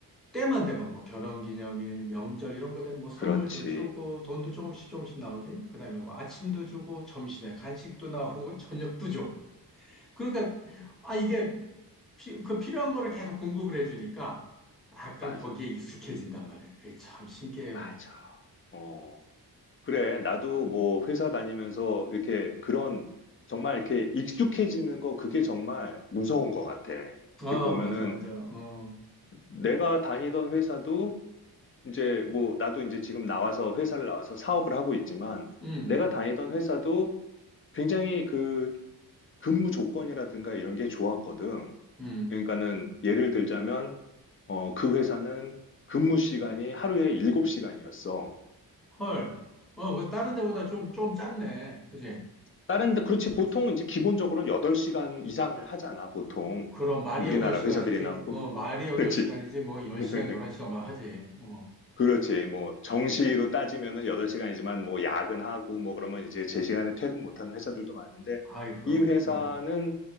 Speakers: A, in the centre; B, on the left.
A: 때만 되면 뭐 결혼기념일, 명절 이런 거 되면 뭐 선물도
B: 그렇지.
A: 주고 돈도 조금씩 조금씩 나오지. 그다음에 뭐 아침도 주고 점심에 간식도 나오고 <laughs> 저녁도 줘. 그러니까 아 이게 피- 그 필요한 거를 계속 공급을 해주니까 약간
B: 맞아.
A: 거기에 익숙해진단 말이에요 그게 참 신기해요.
B: 맞아. 어. 그래, 나도 뭐 회사 다니면서 이렇게 그런 정말 이렇게 익숙해지는 거 그게 정말 무서운 것 같아.
A: 아
B: 이렇게 보면은
A: 맞아 맞아. 어,
B: 내가 다니던 회사도 이제 뭐 나도 이제 지금 나와서 회사를 나와서 사업을 하고 있지만
A: 음,
B: 내가 다니던 회사도 굉장히 그 근무 조건이라든가 이런 게 좋았거든.
A: 음,
B: 그러니까는 예를 들자면 어, 그 회사는 근무 시간이 하루에 7시간이었어.
A: 헐. 어, 그 다른 데보다 좀 좀 짧네. 그지?
B: 다른 데 그렇지 보통 이제 기본적으로는 8시간 이상을 하잖아 보통
A: 그럼 말이
B: 우리나라
A: 8시간이지,
B: 회사들이나 뭐
A: 어, 말이 8시간이지,
B: 그렇지
A: 뭐 10시간,
B: <laughs>
A: 11시간만 하지. 어.
B: 그렇지. 뭐, 정시로 따지면은 8시간이지만 뭐, 야근하고 뭐, 그러면 이제 제 시간에 퇴근 못하는 회사들도 많은데,
A: 아이, 그럼.
B: 이 회사는,
A: 어.